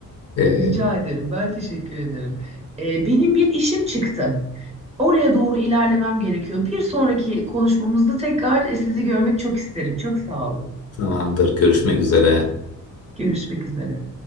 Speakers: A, on the left (about 50°); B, on the right (about 20°).
A: Ee,
B: Rica ederim. Ben teşekkür ederim. Ee, benim bir işim çıktı. Oraya doğru ilerlemem gerekiyor. Bir sonraki konuşmamızda tekrar e, sizi görmek çok isterim. Çok sağ olun.
A: zamandır görüşmek üzere.
B: Görüşmek üzere.